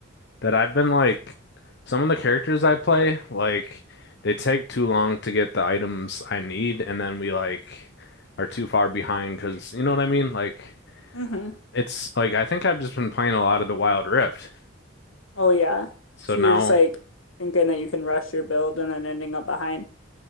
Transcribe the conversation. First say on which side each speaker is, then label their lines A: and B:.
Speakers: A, on the left; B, on the left.
A: that I've been like some of the characters I play, like they take too long to get the items I need, and then we like are too far behind because you know what I mean, like.
B: Mm-hmm.
A: It's like I think I've just been playing a lot of the Wild Rift.
B: Oh yeah.
A: So
B: So
A: now,
B: you're just like thinking that you can rush your build and then ending up behind.